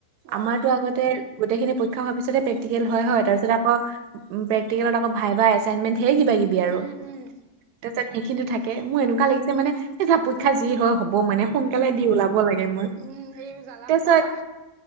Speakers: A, on the right; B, on the right.
A: আমাৰতো
B: অ
A: আগতে। গোটেইখিনি পৰীক্ষা হোৱাৰ পিছতে প্ৰেকটিকেল হয় তাৰ পিছত আকৌ উ প্ৰেকটিকেলত আকৌ ভাইভা। এছাইনমেণ্ট ঢেৰ কিবা কিবি আৰু
B: উম উম
A: তাৰপিছত সেইখিনিটো থাকে মোৰ এনেকুৱা লাগিছে মানে। পৰিক্ষা যি হয় হ'ব মানে সোনকালে দি ওলাব লাগে মই
B: উম এই জ্বালা
A: তাছত।
B: সোপা পা